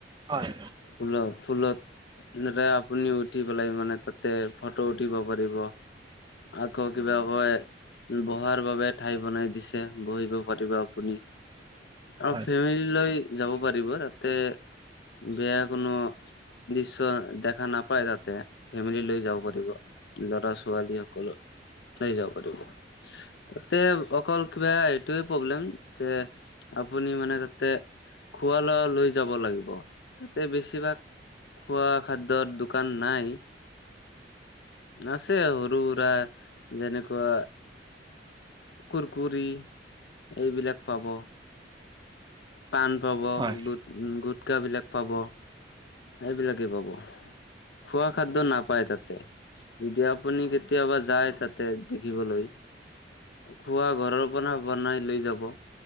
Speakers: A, on the right; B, on the left.
A: হয়।
B: ফুল ফুলত। আপুনি উঠি পেলাই মানে তাতে ফটো উঠিব পাৰিব। আকৌ কিবা হয়। বহাৰ বাবে ঠাই বনাই দিছে। বহিব পাৰিব আপুনি। অঁ'
A: হয়
B: ফেমিলি লৈ যাব পাৰিব তাতে। বেয়া কোনো দৃশ্য দেখা নাপায় তাতে। ফেমিলি লৈ যাব পাৰিব। ল'ৰা-ছোৱালী সকলো লৈই যাব পাৰিব। তাতে অকল কিবা এইটোৱে প্ৰব্লেম যে আপুনি মানে তাতে খোৱা লোৱা লৈ যাব লাগিব, তাতে বেছিভাগ খোৱা খাদ্যৰ দোকান নাই। আছে সৰু-সুৰা যেনেকুৱা কুৰকুৰি, এইবিলাক পাব পাণ পাব।
A: হয়।
B: গুট উ গুটকা বিলাক পাব। সেইবিলাকে পাব। খোৱা খাদ্য নাপায় তাতে যেতিয়া আপুনি কেতিয়াবা যায় তাতে থাকিবলৈ খোৱা ঘৰৰ পৰা বনাই লৈ যাব,